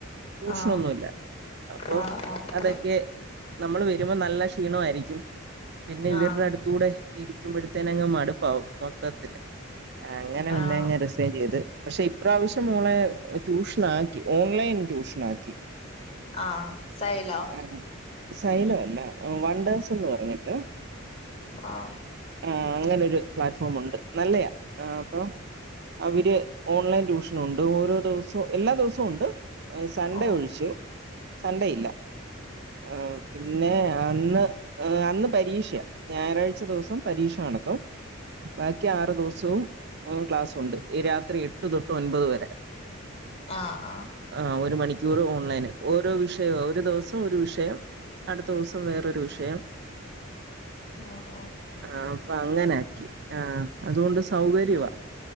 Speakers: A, on the right (about 50°); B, on the left (about 30°).
A: ട്യൂഷ്നൊന്നുല്ല.
B: ആഹ്
A: അപ്പൊ
B: ആഹ് ആഹ്
A: അതെക്കെ നമ്മള് വെര്മ്പൊ നല്ല ക്ഷീണവായിരിക്കും. പിന്നെ ഇവര്ടെ
B: ആഹ്
A: അട്ത്തൂടെ ഇരിക്കുമ്പഴ ത്തെനങ്ങ് മട്പ്പാവും മൊത്തത്തില്. അങ്ങനെ പിന്നെങ്ങ
B: ആഹ്
A: റി സേൻ ചെയ്ത് പക്ഷെ ഇപ്രാവശ്യം മോളെ ട്യൂഷനാക്കി. ഓൺലൈൻ ട്യൂഷനാക്കി.
B: ആഹ്. സൈലോ?
A: ആഹ്. സൈലൊ അല്ല. വൺണ്ടേഴ്സ് എന്ന് പറഞ്ഞിട്ട്
B: ആഹ്
A: ആഹ് അങ്ങനൊരു പ്ലാറ്റ്ഫോമൊണ്ട് നല്ലയാ. ആഹ് അപ്പൊ അവര് ഓൺലൈൻ ട്യൂഷനൊണ്ട്. ഓരോ ദൊവസവും എല്ലാ ദോസുംണ്ട് സൺഡേ
B: ഓഹ്
A: ഒഴിച്ച്, സൺഡേ ഇല്ല. ആഹ് പിന്നെ അന്ന് ഏഹ് അന്ന് പരീക്ഷയാ. ഞായറാഴ്ച ദിവസം പരീക്ഷ നടത്തും. ബാക്കി ആറ് ദിവസവും ഉം ക്ലാസ്സുണ്ട്. ഈ രാത്രി എട്ട് തൊട്ട് ഒൻപത് വരെ
B: ആഹ് ആഹ്
A: ആഹ് ഒരു മണിക്കൂറ് ഓൺലൈന്. ഓരോ വിഷയവാ ഒരു ദിവസ ഒരു വിഷയം. അട്ത്തോസം വേറൊരു വിഷയം.
B: ആഹ് ആഹ്
A: ആഹ് അപ്പ അങ്ങനെ ആക്കി. ആഹ് അതുകൊണ്ട് സൗകര്യവാ.